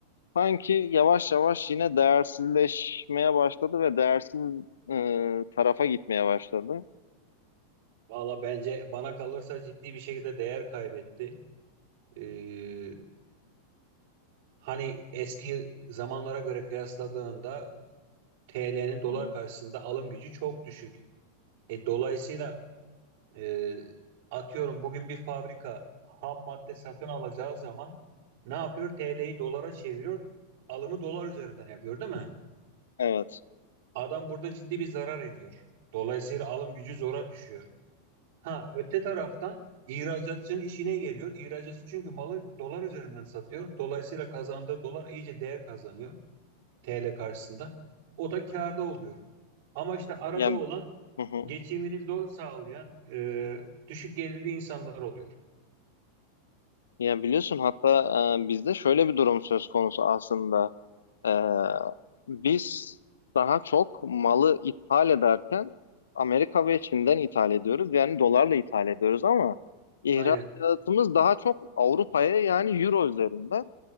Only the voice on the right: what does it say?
Valla bence bana kalırsa ciddi bir şekilde değer kaybetti. Ee, hani eski zamanlara göre kıyasladığında TL'nin dolar
karşısında alım gücü çok düşük. E, dolayısıyla e, atıyorum bugün bir fabrika ham madde satın alacağı zaman ne yapıyor? TL'yi dolara çeviriyor, alımı dolar üzerinden yapıyor, değil mi?
Adam burada ciddi bir zarar ediyor. Dolayısıyla alım gücü zora düşüyor. Ha, öte taraftan ihracatçının işine geliyor. İhracatçı çünkü malı dolar üzerinden satıyor. Dolayısıyla kazandığı dolar iyice değer kazanıyor TL karşısında. O da kârda oluyor. Ama işte arada
olan
geçimini zor sağlayan e, düşük gelirli insanlar oluyor.
Aynen.